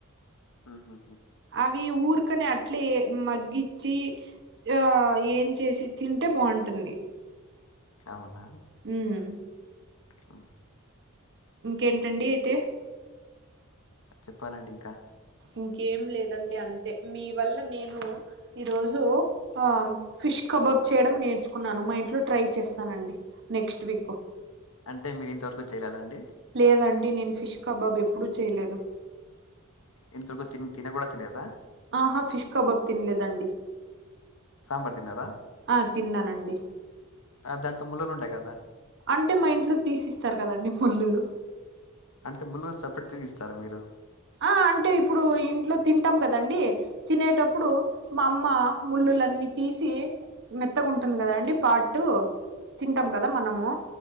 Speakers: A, on the left (about 75°); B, on the right (about 55°).
A: ఉహూ
B: అవి ఊర్కనే అట్లే మగ్గించి ఆ ఏం చేసి తింటే బాగుంటుంది
A: అవునా
B: ఉమ్
A: అ
B: ఇంకేంటండి అయితే
A: చెప్పాలండి ఇంకా
B: ఇంకేం లేదండి అంతే మీ వల్ల నేను ఈ రోజు ఆ ఫిష్
A: ఆ.
B: కబాబ్ చే చేయడం నేర్చుకున్నాను మా ఇంట్లో ట్రై చేస్తానండి నెక్స్ట్ వీక్
A: అంటే మీరు ఇంతవరకు చేయలేదండి
B: లేదండి నేను ఫిష్ కబాబ్ ఎప్పుడూ చేయలేదు
A: ఇంతరకు ముందు తి తిన కూడా తినలేదా
B: ఆహా ఫిష్ కబాబ్ తినలేదండి
A: సాంబార్ తిన్నరా
B: ఆ తిన్నానండి
A: అ దాంట్లో ముళరు ఉంటయి గదా
B: అంటే మా ఇంట్లో తీసిస్తారు కదండి ముల్ళులు
A: అంటే ముల్లులు సపరేట్ తీసి ఇస్తారా మీరు
B: ఆ అంటే ఇప్పుడు ఇంట్లో తింటాం కదండి తినేటప్పుడు మా అమ్మ ముళ్ళులన్నీ తీసి మెత్తగుంటుంది కదా అండి పార్ట్ తింటాం కదా మనము